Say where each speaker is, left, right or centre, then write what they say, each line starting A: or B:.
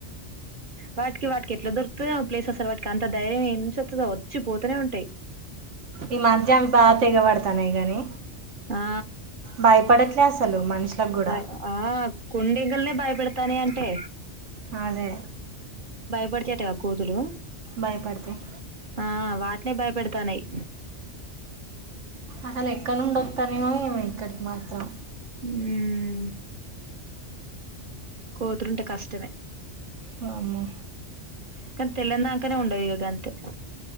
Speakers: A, on the right; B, on the right.
A: వాటికి వాటికి ఎట్లా దొరుకుతయో ప్లేస్ అసలు వాటికి అంత ధైర్యం ఎద నుంచి వస్తుందో వచ్చి పోతూనే ఉంటాయి
B: ఈ మాధ్య బాగా తెగబడతాన్నాయి గాని
A: ఆ
B: భయపడట్లే అసలు మనుషులకు కూడా
A: బ ఆ కుండింగల్నే భయపడతానయి అంటే
B: అదే
A: బడిచేత్తయా కోతులు
B: భయపడతయ్
A: ఆ వాటినే భయపెడతానయ్
B: అసలెక్కడ్నుండి ఒత్తానయో ఇక్కడికి మాత్రం
A: ఉమ్ కోతులుంటే కష్టమే
B: వామ్మో
A: కనీ తెల్లందాంకనే ఉండవు ఇగ గంతే